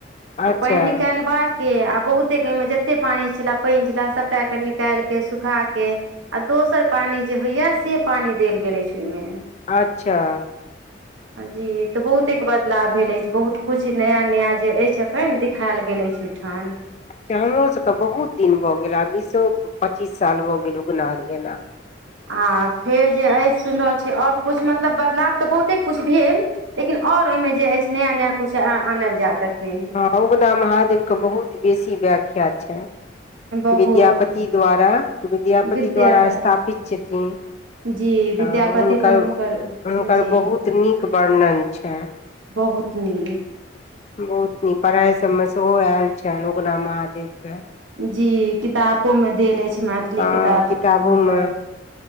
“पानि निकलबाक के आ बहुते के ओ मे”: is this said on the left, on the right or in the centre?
Right